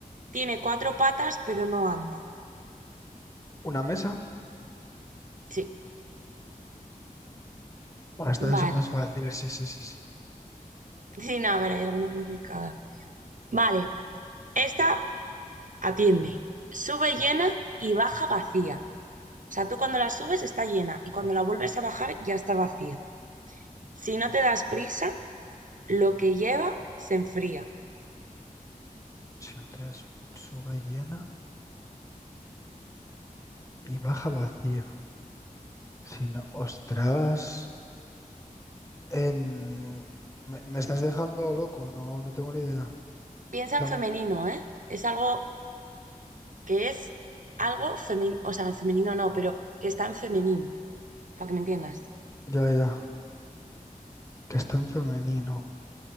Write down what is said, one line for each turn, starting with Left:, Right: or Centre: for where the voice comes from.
Right: Tiene cuatro patas, pero no anda.
Left: Una mesa.
Right: Sí,
Left: Bueno, estas
Right: vale.
Left: son más
Right: <laughs>
Left: fáciles, sí, sí, sí, sí.
Right: Sí, no, a ver, hay alguna complicada. Vale. Esta. Atiende, sube llena y baja vacía. O sea, tú cuando la subes está llena y cuando la vuelves a bajar ya está vacía. Si no te das prisa, lo que lleva se enfría.
Left: Si no te das, sube llena y baja vacía. Si no, ostras. Em, me, me estás dejando loco, no, no tengo ni idea.
Right: Piensa
Left: La
Right: en femenino,
Left: mu-
Right: ¿eh? Es algo que es algo femenino, o sea, en femenino no, pero que está en femenino, para que me entiendas.
Left: ya, ya. Que está en femenino.